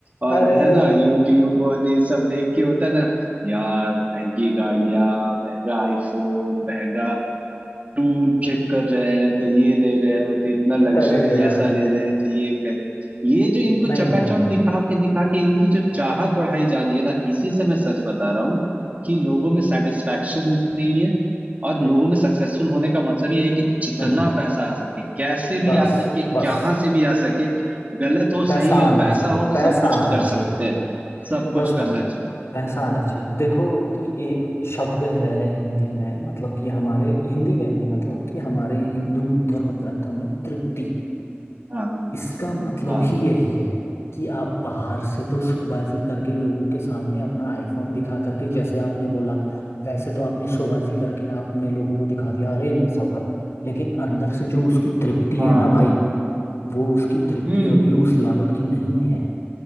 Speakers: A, on the right; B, on the left.
A: और
B: अरे
A: है ना यूट्यूब और ये सब देख के होता है ना यार महंगी गाड़ियां महंगा आईफोन महंगा टूर ट्रिप कर रहे हैं तो ये ले रहे हैं तो इतना लग्जरी
B: अरे यार
A: ऐसा ले रहे हैं तो ये कर ये जो इनको
B: नहीं
A: चकाचौंध
B: नहीं नहीं
A: दिखा
B: नहीं
A: के दिखा के इनकी जो चाहत बढ़ाई जा रही है ना इसी से मैं सच बता रहा हूँ कि लोगों में सेटिस्फैक्शन नहीं है और लोगों में सक्सेसफुल होने का मतलब ये है कि जितना
B: नहीं
A: पैसा आ सके कैसे
B: बस
A: भी आ सके
B: बस
A: कहाँ से भी आ सके गलत हो
B: पैसा
A: सही हो
B: आना
A: पैसा
B: चाहिए
A: हो तो
B: पैसा
A: सब कुछ
B: आना
A: कर
B: चाहिए
A: सकते हैं सब कुछ
B: बस
A: करना
B: भाई
A: चाहिए
B: पैसा आना चाहिए देखो कि एक शब्द है हिंदी में मतलब कि हमारे हिंदी में नहीं मतलब कि हमारे हिंदू धर्म ग्रंथों में तृप्ति
A: हाँ
B: इसका मतलब
A: हाँ
B: ही यही है कि आप बाहर से तो शोबाजी करके लोगों के सामने अपना आईफोन दिखा करके जैसे आपने बोला वैसे तो आपने शोबाजी करके आपने लोगों को दिखा दिया अरे मैं सफल हूँ लेकिन अंदर से जो उसकी तृप्ति
A: हाँ
B: है ना भाई वो उसकी तृप्ति
A: हम्म
B: अभी उस लेवल की नहीं है